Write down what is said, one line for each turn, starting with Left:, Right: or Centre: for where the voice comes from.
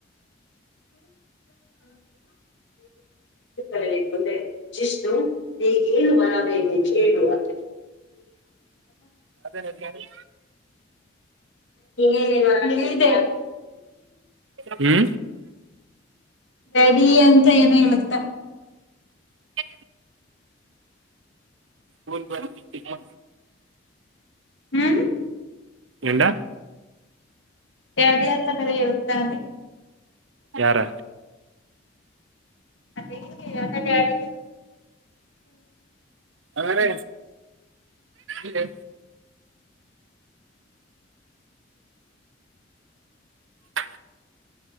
Left: ತರಲಿಂದೆ ವಿಷ್ಣು ಎಳ ಬನವ ಚ ಅಥ
Right: ಅದೇನಲ್ಲಿ
Left: ನೇನು ನಿದೆ
Right: ಹ್ಮ್
Left: ಬಿಡಿ ಅಂತ ಏನ ಹೇಳುತ್ತ
Right: ಎ ಹ್ಮ ಬ
Left: ಹ್ಮ್
Right: ಎಂದ
Left: ಕೆದಿ ಅಂತ ಬರ ಹೇತಾ ಅ
Right: ಯಾರ
Left: ಅದೇ ಅದ ಡ್ಯಾಡಿಯ
Right: ಅಂಗನೇ ಇ ಹ